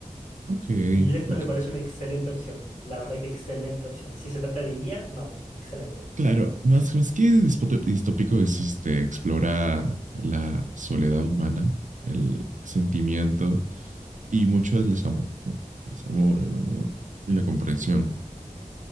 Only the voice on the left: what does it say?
Y esta
me parece una excelente opción. La verdad que excelente opción. Si se trata de guía, no, excelente.